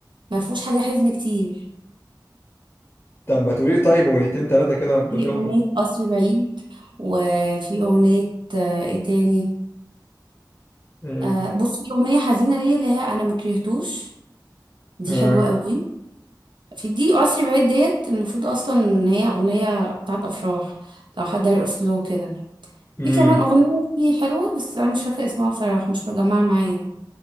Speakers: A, on the right; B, on the left.
A: ما فيهوش حاجه حزن كتير
B: طب ما تقولي لي طيب اغنيتين تلاتة كده بشوفهم
A: في أغنية قصر بعيد وفي أغنية آه، إيه تاني
B: ايه
A: آه بص في أغنية حزينة ليا اللي هي أنا مكرهتوش دي
B: آه.
A: حلوة قوي في دي قصر بعيد ديت المفروض أصلا إن هي أغنية بتاعت أفراح لو حد هيرقص له كده
B: امم
A: في كمان أغنية دي حلوة بس أنا مش فاكرة اسمها بصراحة مش مجمعة معايا